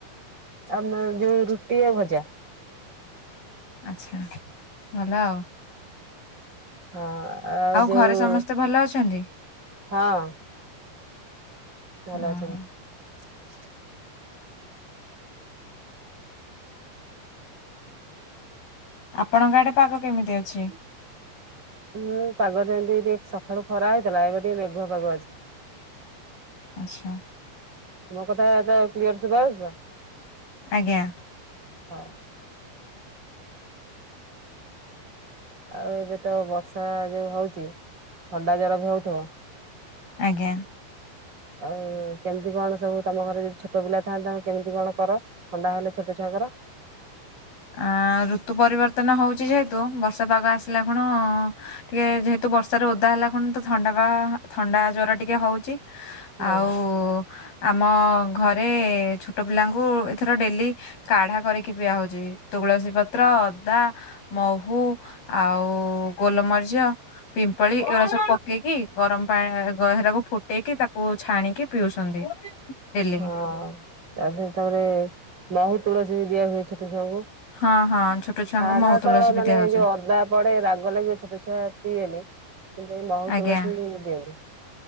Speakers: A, on the right; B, on the left.
A: ଆମ ଯୋଉ ରୁଟି ଆଉ ଭଜା।
B: ଆଛା ଭଲ ଆଉ।
A: ହଁ ଆଉ ଯୋଉ
B: ଘରେ ସମସ୍ତେ ଭଲ ଅଛନ୍ତି?
A: ହଁ ଭଲ
B: ଓହୋ
A: ଅଛନ୍ତି।
B: ଆପଣଙ୍କ ଆଡେ ପାଗ କେମିତି ଅଛି?
A: ହୁଁ ପାଗ ଯେମିତି ଟିକେ ସକାଳୁ ଖରା ହେଇଥିଲା ଏବେ ଟିକେ ମେଘୁଆ ପାଗ ଅଛି।
B: ଆଚ୍ଛା।
A: ମୋ କଥା ବାତା କ୍ଲିୟର ଶୁବା ହୋଉଚି ତ?
B: ଆଜ୍ଞା।
A: ହଁ। ଆଉ ଏବେ ତ ବର୍ଷା ଯୋଉ ହଉଛି ଥଣ୍ଡା ଜର ବି ହଉଥିବ।
B: ଆଜ୍ଞା।
A: ଆଉ କେମିତି କଣ ସବୁ ତମ ଘରେ ଯଦି ଛୋଟ ପିଲା ଥାଆନ୍ତା କେମିତି କଣ କର ଥଣ୍ଡା ହେଲେ ଛୋଟ ଛୁଆଙ୍କର?
B: ଆ ଋତୁ ପରିବର୍ତନ ହଉଛି ଯେହେତୁ ବର୍ଷା ପାଗ ଆସିଲା ଖୁଣୁ ଟିକେ ଯେହେତୁ ବର୍ଷାରେ ଓଦା ହେଲାଖୁନ ତ ଥଣ୍ଡା ବା ଥଣ୍ଡା ଜର ଟିକେ ହଉଛି।
A: ହଁ
B: ଆଉ ଆମ ଘରେ ଛୋଟ ପିଲାଙ୍କୁ ଏଥର ଡେଲି କାଢା କରିକି ପିଆ ହଉଛି। ତୁଳସୀ ପତ୍ର ଅଦା ମହୁ ଆଉ ଗୋଲମରିଚ ପିମ୍ପଳି ଏଗୁରା ସବୁ ପ ପକେଇକି ଗରମ ପାଣି ଗ ହେରାକୁ ଫୁଟେଇକି ତାକୁ ଛାଣିକି ପିଉଛନ୍ତି। ଡେଲି।
A: ହଁ ତା ଦିହରେ ତାପରେ ମହୁ ତୁଳସୀ ବି ଦିଆ ହୁଏ ଛୋଟ ସେ ସବୁ
B: ହଁ ହଁ ଛୋଟ ଛୁଆଙ୍କୁ
A: କାଢା
B: ମହୁ ତୁଳସୀ
A: ତ
B: ବି
A: ମାନେ
B: ଦିଆହଉଛି
A: ଯୋଉ ଅଦା ପଡେ ରାଗ ଲାଗିବ ଛୋଟ ଛୁଆ ପିଇବେନି କିନ୍ତୁ ଏ ମହୁ
B: ଆଜ୍ଞା
A: ତୁଳସି ଦିଅନ୍ତି।